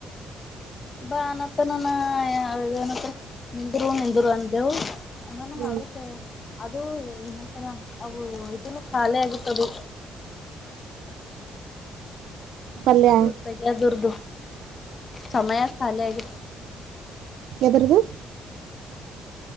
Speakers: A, on the left; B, on the right.
A: ಬಾನತ ನಾನ ಅ ನಿಲ್ರ ಧದುರುವಂತವು ಅದಾನ
B: ಹ್ಮ್
A: ಅದಕ್ಕೆ ಅದು ಏನಂತರ ಅವು ಇದನ್ನು ಖಾಲಿ ಆಗಿತ್ತದು
B: ಪಲ್ಯ
A: ಅದು ತೆಗೆದುರ್ದು ಸಮಯ ಾಲ ಆಗ
B: ಯದ್ರದು